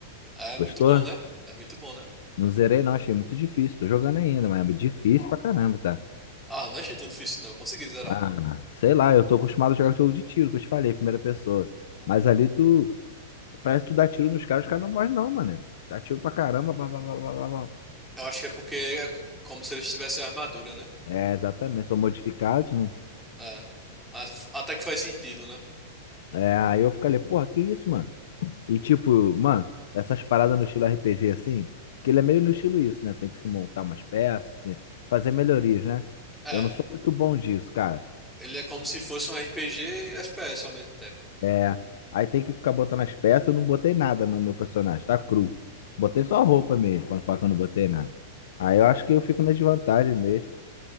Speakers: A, in the centre; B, on the left.
A: É muito
B: Gostou?
A: bom, né? É muito bom, né?
B: Não zerei, não. Achei muito difícil. Tô jogando ainda, mas é difícil pra caramba, tá?
A: Ah, não achei tão difícil não, Eu consegui zerar.
B: Ah, sei lá, eu tô acostumado a jogar jogo de tiro, que eu te falei, primeira pessoa. Mas ali tu. Parece que tu dá tiro nos caras, os caras não morrem, não, mano. Dá tiro pra caramba. Blá, blá, blá, blá, blá, blá.
A: Eu acho que é porque é como se eles tivessem armadura, né?
B: É, exatamente, são modificados, né?
A: É. Mas Até que faz sentido, né?
B: É, aí eu fico ali, porra, que isso, mano? E tipo, mano, essas paradas no estilo RPG assim, que ele é meio no estilo isso, né? Tem que se montar umas peças, se- fazer melhorias, né?
A: É.
B: Eu não sou muito bom disso, cara.
A: Ele é como se fosse um RPG e FPS ao mesmo tempo.
B: É. Aí tem que ficar botando as peças. Eu não botei nada no meu personagem, tá cru. Botei só roupa mesmo, quando fala que eu não botei nada. Aí eu acho que eu fico na desvantagem mesmo.